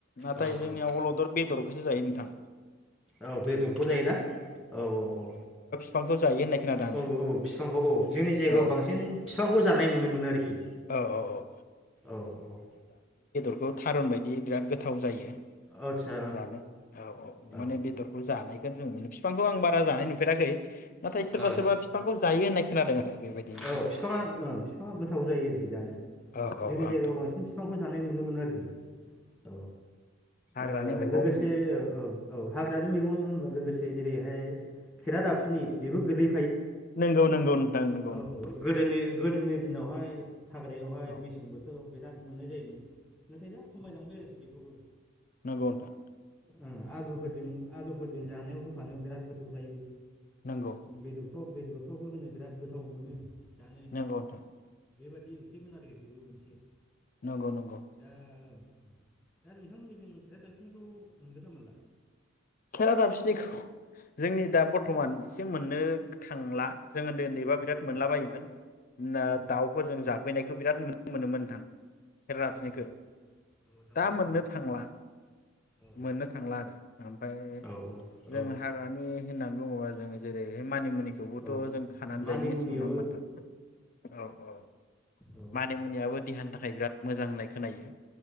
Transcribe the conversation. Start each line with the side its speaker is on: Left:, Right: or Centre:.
Left: नाथाय
Centre: औ
Left: जोंनियाव
Centre: औ
Left: अलदद बेदरखौसो जायो नोंथां
Centre: औ बेदरखौ जायोना औ औ औ
Left: फांखौ स जायो होननाय खोनादों आङो
Centre: औ बिफांखौ औ औ जोंनि जायगायाव
Left: औ
Centre: बांसिन बिफांखौ जानाय नुनो मोनो आरोखि
Left: औ औ
Centre: औ औ
Left: ओ थारुन बायदि बिराद गोथ थाव जायो
Centre: आदसा
Left: जानो औ औ
Centre: ओं
Left: माने बेदरखौ जानायखौ जों मोनि बिफांखौ आं बारा जानाय नुफेराखै नाथाय सोरबा
Centre: औ ओ
Left: सोरबा बिफांखौ जायो होननाय खोनादों आरो बेबायदि नोंथां
Centre: औ बिफाङा ओ बिफाङा गोथाव जायो आरोखि जानो
Left: औ औ
Centre: जोंनि
Left: औ
Centre: जायगायाव
Left: नोंथां
Centre: बांसिन
Left: औ
Centre: बिफांखौ जानाय नुनो मोनो आरोखि औ
Left: हाग्रानि
Centre: ओ
Left: मैगं
Centre: लोगोसे औ औ औ हाग्रानि मैगं होनबा लोगोसे जेरै ए खेेरा दाबफिनि बेबो गोलै
Left: नंगौ नंगौ नोंथां नों
Centre: औ गोदोनि गोदोनि दिनावहाय हाग्रायावहाय
Left: औ
Centre: मेसें बोथोराव बिराद मोननाय जायोमोन। नाथाय दा खमायलांबाय आरोखि बेखौबो
Left: नोंगौ नोंथां
Centre: ओम आलुफोरजों आलुफोरजों जानायाव होफानो बिराद गोथाव जायो
Left: नंगौ
Centre: बिदथ' बेदरफ्रावबो होनो बिराद गोब औ मोनो जानो
Left: नोंगौ नोंथां।
Centre: बेबादि ओंख्रि खोनाजि बेबो मोनसे
Left: नंगौ नंगौ
Centre: दा ओं दा नोंथांमोननि जों खेराय दाबखिनिखौ मोनगोन ना मोनला
Left: खेराय दाबसिनिखौ जोंनि दा बर्थ'मान एसे मोननो थांला जों उन्दै उन्दै बा बिराथ
Centre: औ
Left: मोनला बायोमोन मानोना
Centre: औ
Left: दावफोरजो जाफैनायखौ बिराद नुनो मोनोमोन नोंथां केेराय दाफिनिखौ
Centre: औ औ औ औ दाउफोरजोंहाय
Left: दा मोननो थांला
Centre: औ
Left: मोननो थांला आरो ओमफ्राय
Centre: औ
Left: जों
Centre: औ
Left: हाग्रानि होना होननानै बुङोबा जों जेरै मानि मुनि जेखौबोथ
Centre: औ
Left: जों खानानै
Centre: मानि
Left: जायो मेसेंआव
Centre: मुनियाबो
Left: नङा होमबा नोंथां औ औ
Centre: औ
Left: मानि मुनियाबो देहानि थाखाय नाथाय बिराद मोजां होननाय खोनायो